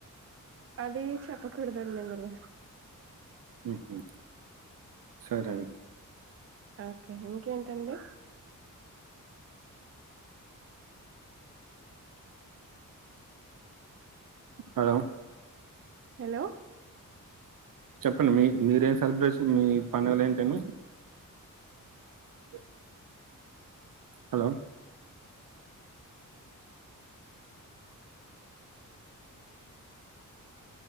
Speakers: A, on the right; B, on the right.
A: అది చెప్పకూడదండి ఇందులో
B: ఉహూ సరే
A: ఓకే ఇంకేంటండి
B: హలో
A: హలో
B: చెప్పండి మీ మీరేం సెలబ్రేషన్ మీ పండుగలు ఏంటనీ అ హలో